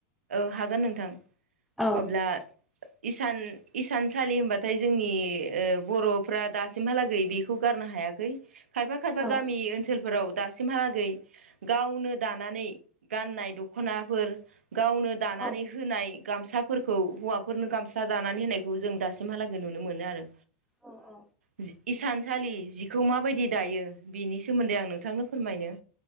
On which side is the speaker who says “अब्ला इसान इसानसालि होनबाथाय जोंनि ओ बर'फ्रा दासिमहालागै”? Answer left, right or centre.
Right